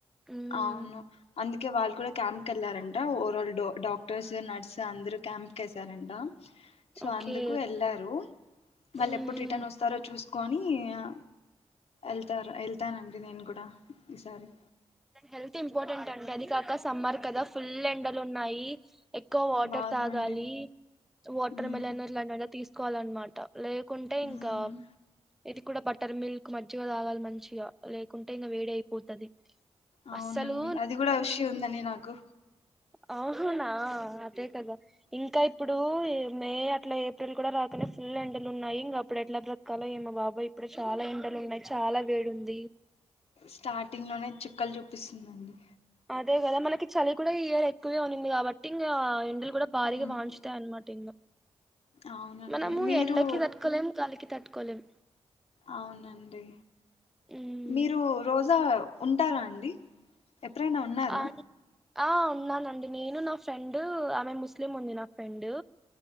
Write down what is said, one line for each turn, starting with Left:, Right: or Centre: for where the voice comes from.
Centre: ఉమ్
Left: అవును అందుకే వాళ్ళు కూడా క్యాంకెళ్లారంట ఓవరాల్ డాక్టర్స్ నర్స్ అందరు క్యాంప్ కి ఏ ఏసారంట సో
Centre: ఓకే
Left: అందుకు వెళ్లారు వాళ్ళు
Centre: ఉమ్
Left: ఎప్పుడు
Centre: ఉమ్
Left: రిటర్న్ వస్తారో చూస్ కొనీ ఆ ఎళ్తారు ఎళ్తానండి నేను కూడా ఈసారి
Centre: హెల్త్ ఇంపార్టెంట్ అండి అది కాకా సమ్మర్ కదా ఫుల్ ఎండలు ఉన్నాయి ఎక్ క్కో వాటర్
Left: బాగా
Centre: తాగాలి
Left: అండి
Centre: వాటర్
Left: మ్మ్
Centre: మెలన్ ఇలాంటి వన్ని తీస్ కోవాలన్నమాట లేకుంటే ఇంకా
Left: మ్మ్
Centre: ఇది కూడా బట్టర్ మిల్క్ మజ్జిగా తాగాలి మంచిగా లేకుంటే ఇంకా వేడి అయిపోతది
Left: అవునండి
Centre: అస్సలు
Left: అది కూడా విషు ఉందండి నాకు
Centre: ఔ హనా అంతే కదా ఇంకా ఇప్ డు మే అట్లా ఏప్రిల్ కూడా రాకనే ఫుల్ ఎండలు ఉన్నాయి ఇంగ అప్పుడు ఎట్లా బ్రతకాలో ఏమో బాబోయ్ ఇప్పుడు చాలా ఎండలు ఉన్నాయి చాలా వేడి ఉంది
Left: స్టార్టింగ్ లోనే చక్కలు చూపిస్తుందండి
Centre: అదే కదా మనకి చలి కూడా ఈ ఇయర్ ఎక్కువే ఉన్నింది కాబట్టి ఇంగ ఎండలు కూడా భారిగా
Left: ఉమ్
Centre: వాయించుతాయనమాట ఇంగ
Left: అవునండి
Centre: మనము
Left: మీరు
Centre: ఎండకు తట్టుకోలేం గాలికి తట్టుకో కొలేం
Left: అవునండి
Centre: ఉమ్
Left: మీరు రోజా ఉంటారా అండి ఎప్పుడైనా ఉన్నారా
Centre: ఆ ఆ ఉన్నానండి నేను నా ఫ్రెండ్ ఆమె ముస్లిం ఉంది నా ఫ్రెండు